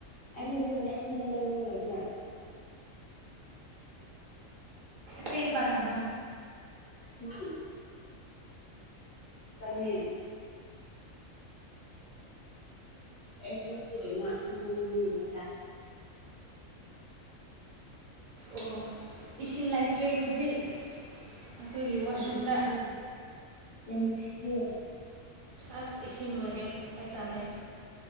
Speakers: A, on the left; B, on the right.
A: ꯑꯩꯗꯤ ꯍꯧꯖꯤꯛ ꯑꯁꯤꯅꯦ ꯂꯩꯅꯤꯡꯉꯥꯏ ꯂꯩꯇꯦ
B: ꯁꯦꯝ ꯄꯥꯅꯅ
A: ꯎꯝ ꯅꯪꯒꯤ ꯆ ꯐꯗꯅꯣ ꯑꯁꯄꯅ ꯍꯥꯏꯗ <inaudible>
B: ꯑꯣ ꯏꯁꯤꯡ ꯂꯩꯇ꯭ꯔꯦ ꯍꯧꯖꯤꯛ ꯑꯩꯈꯣꯏꯒꯤ
A: ꯌꯥꯝ
B: ꯋꯥꯁꯔꯨꯝꯗ
A: ꯅꯨꯡꯁꯤꯈ꯭ꯔꯦ ꯌꯥꯝ ꯅꯨꯡꯁꯤꯈ꯭ꯔꯦ
B: ꯑꯁ ꯏꯁꯤꯡ ꯂꯣꯏꯔꯦ ꯑꯩ ꯇꯥꯜꯂꯦ